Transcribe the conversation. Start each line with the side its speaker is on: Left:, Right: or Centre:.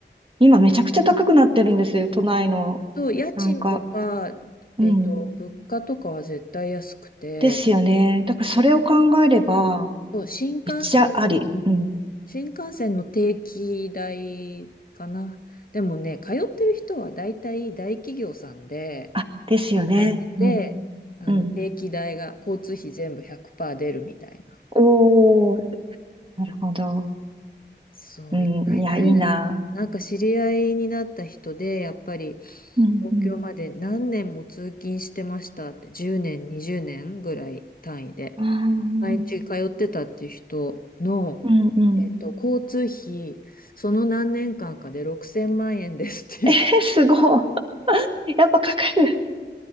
Right: 今めちゃくちゃ高くなってるんですよ、
Left: あ、
Right: 都内の。
Left: そう、家賃とか、
Right: なんか、うん。
Left: えっと、物価とかは絶対安くて、
Right: ですよね。だからそれを考えれば、
Left: そう、新幹線、
Right: めっちゃあり。
Left: うん新幹線の定期代かな。
Right: うん。
Left: でもね、通ってる人は大体大企業さんで
Right: あ、ですよね。
Left: 働いてて、
Right: うん。
Left: あの定期代が交通費全部100%
Right: うん。
Left: 出るみたいな。
Right: おーなるほど。
Left: そう、
Right: うん、
Left: 一回誰だ、
Right: いや、いいな。
Left: なんか知り合いになった人で、やっぱり
Right: うんうん。
Left: 東京まで何年も通勤してましたって、10年、20年ぐらい単位で、
Right: あー
Left: 毎日通ってたっていう人の、
Right: うんうん。
Left: えっと、交通費、その何年間かで6000万円ですっていう、
Right: えー、すごい。やっぱかかる。